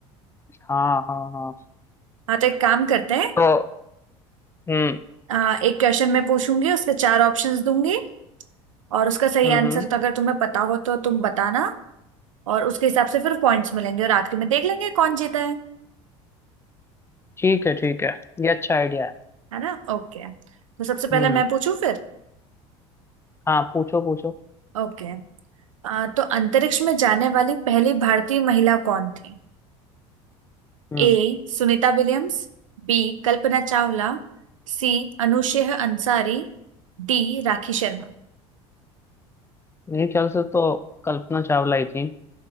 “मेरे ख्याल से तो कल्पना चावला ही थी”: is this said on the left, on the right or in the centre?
Left